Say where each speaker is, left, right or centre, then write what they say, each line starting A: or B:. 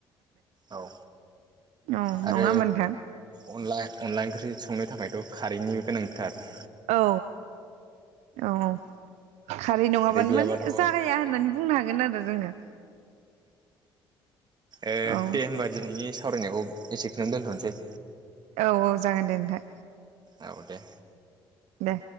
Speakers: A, on the right (about 40°); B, on the right (about 75°).
A: औ
B: औ
A: आरो
B: नङा होनबा नोंथां?
A: अनला अनला ओंख्रि संनो थाखायथ' खारैनिबो गोनांथार ।
B: औ औ खारै नङाबानो
A: गैयाबाथ'
B: माने
A: औ
B: जागाया होननानै बुंनो हागोन आरो जोङो।
A: ए
B: औ
A: दे होमबा दिनैनि सावरायनायखौ एसेखनो दोन्थ'नोसै।
B: औ औ जागोन दे नोंथां।
A: औ दे।
B: दे।